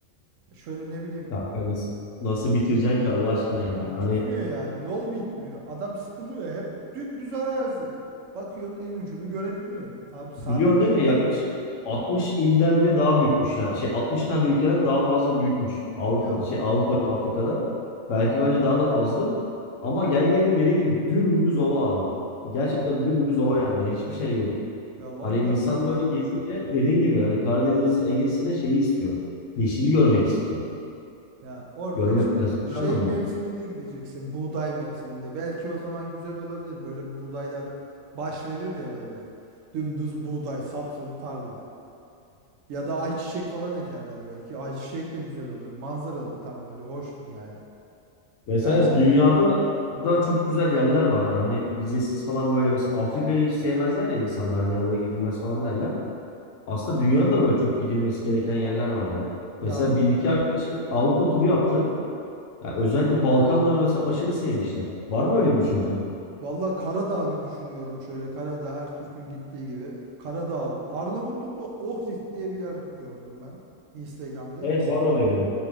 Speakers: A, on the right; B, on the left.
A: Şöyle ne bileyim
B: Kanka nasıl, nasıl bitireceksin ki Allah aşkına ya?
A: Bitmiyor
B: Hani
A: yani. Yol bitmiyor. Adam sıkılıyor. Hep dümdüz arazi. Bakıyorsun en ucunu görebiliyorsun. Abi sarmıyor
B: Milyon değil
A: öyle.
B: mi? Yaklaşık 60 ilden bile daha büyükmüş yani. Şey 60 tane ülkeden daha fazla büyükmüş Avrupa'da.
A: Ya
B: Şey Avrupa ve Afrika'da. Belki bence daha da fazladır. Ama gel gelelim dediğin gibi dümdüz ova abi. Gerçekten
A: ya
B: dümdüz ova yani. Hiçbir şey yok.
A: ya valla
B: Hani insan böyle gezince dediğin gibi hani Karadeniz Ege'si de şeyi istiyor. Yeşili görmek istiyor.
A: ya orada
B: Görmekten
A: işte
B: sonra
A: şey
B: ne anlamı
A: mevsiminde
B: var?
A: gideceksin. Buğday mevsiminde. Belki o zaman güzel olabilir. Böyle buğdaylar baş verir ya böyle. Dümdüz buğday, sapsarı tarla. Ya da ayçiçek falan ekerler belki. Ayçiçek de güzel olur. Manzaralık tam böyle hoştur yani.
B: Mesela
A: Ya işte
B: dünyada da çok güzel yerler var. ha. Hani vizesiz falan böyle mesela Afrika'yı hiç sevmezler ya insanlar. Hani oraya gidilmez falan derler. Aslında dünyada böyle çok gidilmesi gereken yerler var ya.
A: ya
B: Mesela bir iki arkadaşım Avrupa turu yaptı. Ya özellikle Balkanları mesela aşırı sevmişler. Var mı öyle bir düşüncen?
A: Valla Karadağ bir düşünüyorum şöyle. Karadağ her Türk'ün gittiği gibi. Karadağ olur. Arnavutluk'ta Ohrid diye bir yer gördüm ben. Instagram'da.
B: Evet
A: Bir,
B: var öyle bir yer.